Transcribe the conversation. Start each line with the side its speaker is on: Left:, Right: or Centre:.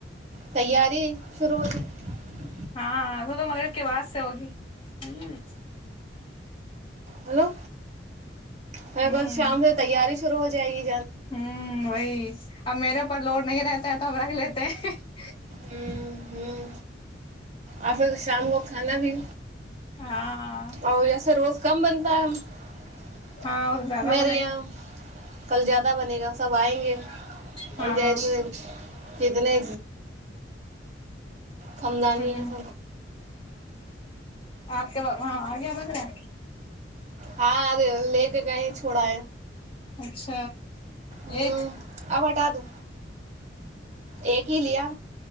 Right: تیاری شروع ہوتیئی تھی
Left: ہاں تو تو مغر کے بعد سے ہوگی ہوں
Right: ہیلو م
Left: ہوں
Right: کل شام سے تیاری شرو ہو جائے گی
Left: ہوں وہی اب میرے اوپر لوڈ نہیں رہتا ہے تو ہم رکھ لیتے تو
Right: ہوں ہوں اور پھر شام کو کھانا بھی
Left: ہاں
Right: اور اییسے روز کاار ک بنتا ہے
Left: ہاں وہ تو زیادہ
Right: میرے
Left: بنے
Right: یہاں
Left: گا
Right: کل زیادہ بنے گا سب آئیں گے
Left: ہاں
Right: جت انے کند نہیں
Left: ہوں
Right: ہے س
Left: ہاں آگ مگرگر
Right: ہاں ا لے کے کہیں تھوڑا
Left: اچھا
Right: ہوں
Left: ایک
Right: آپٹ آادو ایک ہی لیا